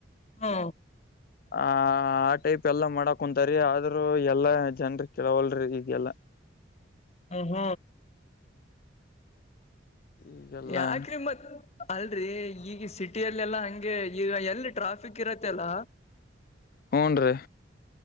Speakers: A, on the left (about 35°); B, on the left (about 50°).
A: ಹಾ
B: ಆ ಆ ಟೈಪ್ ಎಲ್ಲ ಮಾಡ ಕುಂತಾರ ಆದ್ರರು ಎಲ್ಲಾ ಜನ್ರ ಕೆಳವಲ್ರಿ ಈಗೆಲ್ಲ
A: ಹ್ಮ ಹ್ಮ
B: ಈಗೆಲ್ಲಾ
A: ಯಾಕ್ರಿ ಮತ್ ಅಲ್ರರಿ ಈಗ ಸಿಟಿಯಲ್ಲೆಲ್ಲಾ ಹಂಗೆ ಈಗ ಎಲ್ಲಿ ಟ್ರಾಫಿಕ್ ಇರತ್ತೆ ಅಲ್ಲ
B: ಹಊನ್ ರೀ